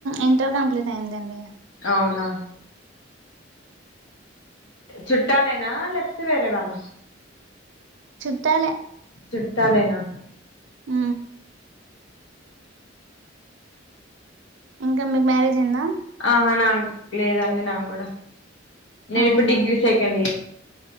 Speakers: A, on the right; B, on the left.
A: ఇంటర్ కంప్లీట్ అయిందండి
B: అవునా చుట్టాలేనా లేకపోతే వేరే వాళ్ళ
A: చుట్టాలే
B: చుట్టాలేనా
A: ఆ ఇంకా మీకు మ్యారేజ్ అయిందా
B: ఆహా నాకు లేదండి నాకు కూడా నేను
A: అవునా
B: ఇప్పుడు డిగ్రీ సెకండ్ ఇయర్